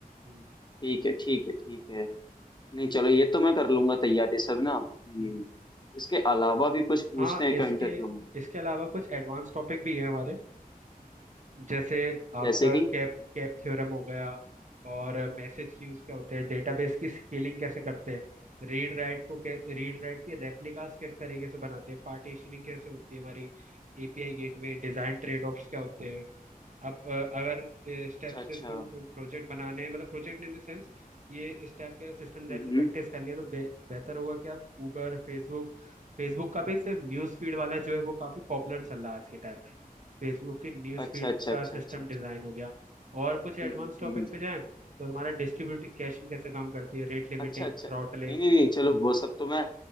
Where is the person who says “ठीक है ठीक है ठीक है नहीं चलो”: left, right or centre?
Left